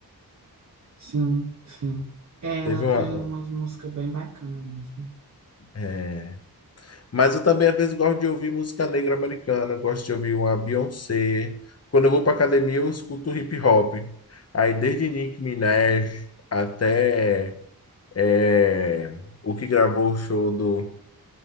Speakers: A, on the right; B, on the left.
A: Sim, sim. É, Ela
B: Teve
A: tem
B: uma,
A: umas músicas bem bacanas mesmo.
B: é, Mas eu também, às vezes, gosto de ouvir música negra americana, gosto de ouvir uma Beyoncé. Quando eu vou para academia, eu escuto hip hop. Aí, desde Nicki Minaj até eh, o que gravou o show do,